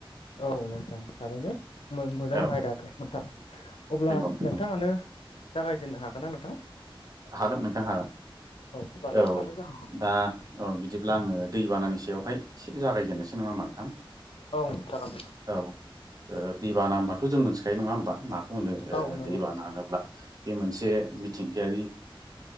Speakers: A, on the left (about 80°); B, on the right (about 40°).
A: औ नोंथां थारैनो मोजां
B: औ
A: आयदाथ' नोंथां अब्ला
B: नंगौ नंगौ
A: नोंथाङानो जागायजेननो हागोन ना नोंथां
B: हागोन नोंथां हागोन
A: अब्ला नोंथाङाबो
B: औ दा औ बिदिब्ला आङो दै बानानिसो एसे जागायजेननोसै नङा होमबा नोंथां
A: जागायदो औ जागोन नोंथां।
B: औ दैबाना होमबाथ' जों मोन खायो नङा होमबा माखौ होनो
A: औ नंगौ
B: दै बानानोब्ला बे मोनसे मिथिंगायारि